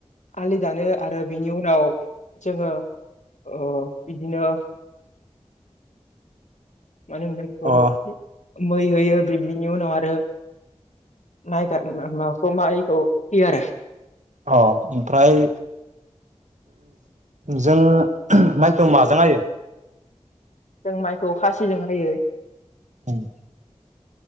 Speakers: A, on the left; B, on the right.
A: आलि दानो आरो बिनि उनाव जोङो ओ बिदिनो मानो होना
B: अ
A: बेखौ मै होयो बिनि उनाव आरो माय मा मायखौ फोयो आरो
B: अ ओमफ्राय जों माइखौ माजों हायो
A: जों माइखौ खासिजों होयो
B: उम